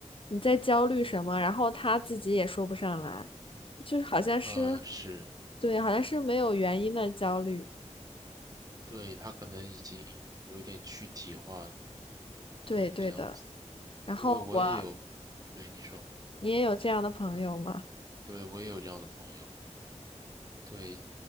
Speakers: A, on the left (about 45°); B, on the right (about 30°).
A: 你在焦虑什么，
B: 嗯，
A: 然后他自己也说不上来，就是好像是，
B: 呃，是，
A: 对，好像是没有原因的焦虑。
B: 对，她可能已经有点躯体化了。
A: 对，
B: 也是这样子，
A: 对的。然后我，
B: 因为我也有，对你说，
A: 你也有这样的朋友吗？
B: 对，我也有这样的朋友。对，